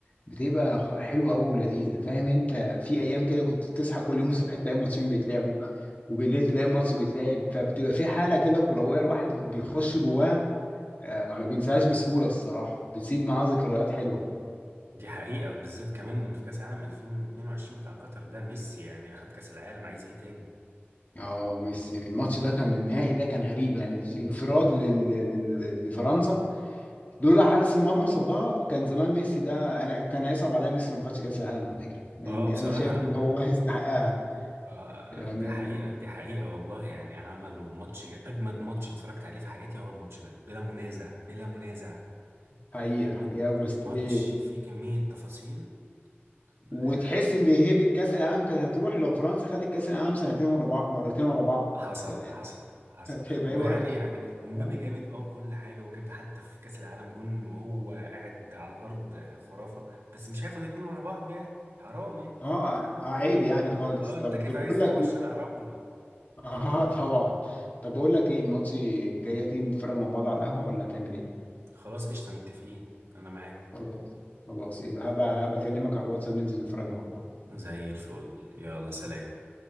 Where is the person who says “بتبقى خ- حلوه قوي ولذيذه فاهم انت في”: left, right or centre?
Left